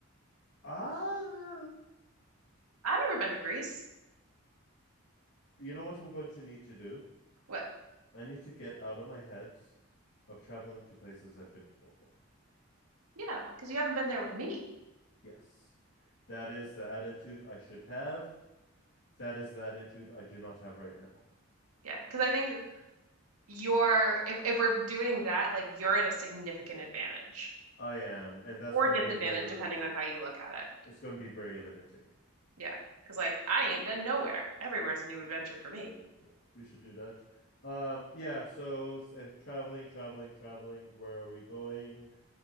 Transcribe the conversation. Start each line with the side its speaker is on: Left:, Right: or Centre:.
Left: Ah,
Right: I've never been to Greece.
Left: you know what I'm going to need to do?
Right: What?
Left: I need to get out of my head of traveling to places I've been to before.
Right: Yeah, because you haven't been there with me.
Left: Yes. That is the attitude I should have. That is the attitude I do not have right now.
Right: Yeah, because I think you're, if, if we're doing that, like you're at a significant advantage
Left: <laughs> I am. And that's
Right: or
Left: going
Right: disadvantage,
Left: to be very limiting.
Right: depending on how you look at it.
Left: It's going to be very limiting.
Right: Yeah, because like I ain't been nowhere. Everywhere
Left: Yeah.
Right: is a new adventure for me.
Left: Yeah, we should do that. Um, yeah, so s- eh, traveling, traveling, traveling, where are we going?